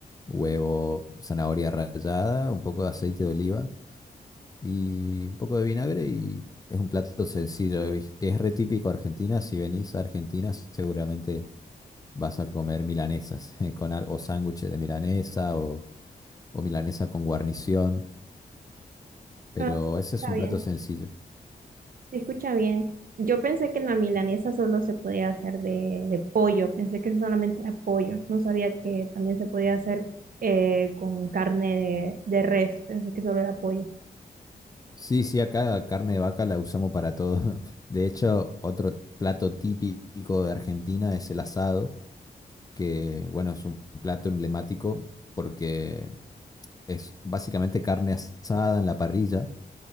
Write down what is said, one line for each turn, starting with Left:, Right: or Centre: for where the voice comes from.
Left: huevo, zanahoria rallada, un poco de aceite de oliva. y un poco de vinagre y es un plato sencillo. y Es re típico Argentina. Si venís a Argentina seguramente vas a comer milanesas <laughs> con al- o sándwiches de milanesa o, o milanesa con guarnición, pero
Right: No,
Left: ese
Right: está
Left: es un
Right: bien,
Left: plato sencillo.
Right: se escucha bien. Yo pensé que la milanesa solo se podía hacer de, de pollo, pensé que solamente era pollo, no sabía que también se podía hacer eh, con carne de, de res, pensé que solo era pollo.
Left: Sí, sí, acá la carne de vaca la usamos para todo. <laughs> De hecho, otro plato típico de Argentina es el asado, que bueno, es un plato emblemático porque es básicamente carne asada en la parrilla